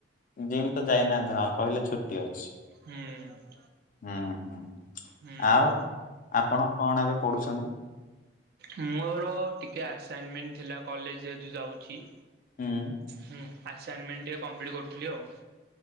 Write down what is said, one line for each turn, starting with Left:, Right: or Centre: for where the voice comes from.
Left: ଜିମ୍ ତ ଯାଇନାହାନ୍ତି ହଁ କହିଲେ ଛୁଟି ଅଛି।
Right: ହୁଁ।
Left: ହୁଁ ହୁଁ
Right: ହୁଁ
Left: ଆଉ ଆପଣ କଣ ଏବେ ପଢୁଚନ୍ତି?
Right: ମୋର ଟିକିଏ ଆସାଇନମେଣ୍ଟ ଥିଲା କଲେଜ ଯେହେତୁ ଯାଉଚି।
Left: ହୁଁ।
Right: ହୁଁ ଆସାଇନମେଣ୍ଟ ଟିକେ କମ୍ପ୍ଲିଟ୍ କରୁଥିଲି ଆଉ।